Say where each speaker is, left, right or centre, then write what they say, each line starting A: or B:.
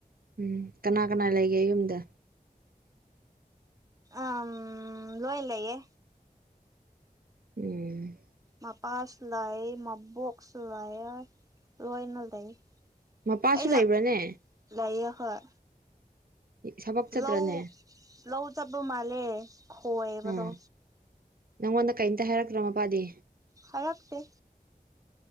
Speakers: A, on the right; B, on the right.
A: ꯎꯝ ꯀꯅꯥ ꯀꯅꯥ ꯂꯩꯒꯦ ꯌꯨꯝꯗ
B: ꯑꯝ ꯂꯣꯢ ꯂꯩꯌꯦ
A: ꯎꯝ
B: ꯃꯥꯄꯥꯁꯨ ꯂꯩ ꯃꯥꯕꯣꯛꯁꯨ ꯂꯩꯌꯦ ꯂꯣꯏꯅ ꯂꯩ
A: ꯃꯄꯥꯁꯨ
B: ꯑꯩ
A: ꯂꯩꯕ꯭ꯔꯥꯅꯦ
B: ꯂꯛ ꯂꯩꯌꯦ ꯍꯣꯏ
A: ꯊꯕꯛ ꯆꯠꯇ꯭ꯔꯅꯦ
B: ꯂꯧ ꯂꯧ ꯆꯠꯄꯥ ꯃꯥꯜꯂꯦ ꯈꯣꯏꯕꯗꯣ
A: ꯑꯥ ꯅꯪꯉꯣꯟꯗ ꯀꯩꯝꯇ ꯍꯥꯏꯔꯛꯇ꯭ꯔꯣ ꯃꯄꯥꯗꯤ
B: ꯍꯥꯏꯔꯛꯇꯦ